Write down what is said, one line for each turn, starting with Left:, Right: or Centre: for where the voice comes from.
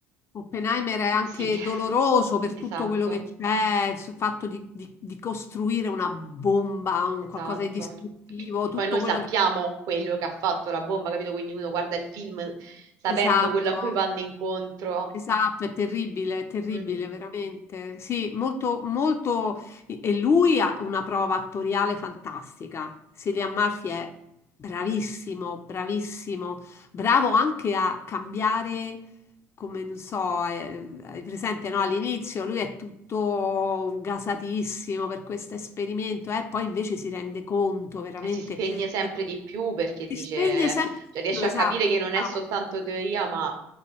Left: Oppenheimer è anche
Right: sì, <laughs>
Left: doloroso per tutto
Right: esatto.
Left: quello che c'è, sul fatto di, di- di costruire una bomba, un
Right: Esatto.
Left: qualcosa di distruttivo,
Right: Che
Left: tutto
Right: poi noi
Left: quello
Right: sappiamo
Left: che...
Right: quello che ha fatto la bomba, capito? Quindi uno guarda il film sapendo
Left: Esatto,
Right: quello a cui vanno incontro.
Left: Esatto, è terribile, è terribile,
Right: Mhm.
Left: veramente. Sì, molto, molto. E lui ha una prova attoriale fantastica. Cillian Murphy è bravissimo, bravissimo, bravo anche a cambiare, come non so, eh, hai presente, no? All'inizio lui è tutto gasatissimo per questo esperimento, e poi invece si rende conto veramente
Right: E si spegne sempre
Left: di quello
Right: di più perché
Left: si
Right: dice,
Left: spegne sempre
Right: cioè
Left: di
Right: riesce
Left: più, esatto,
Right: a capire che non
Left: brava.
Right: è soltanto teoria, ma